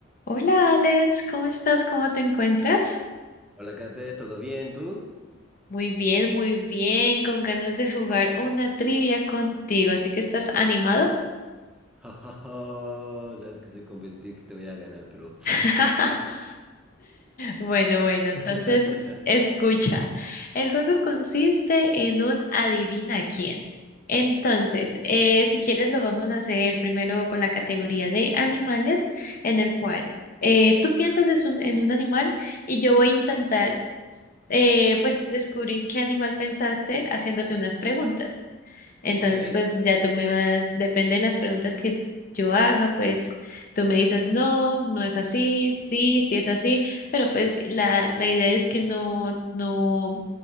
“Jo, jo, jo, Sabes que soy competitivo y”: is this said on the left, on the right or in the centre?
Centre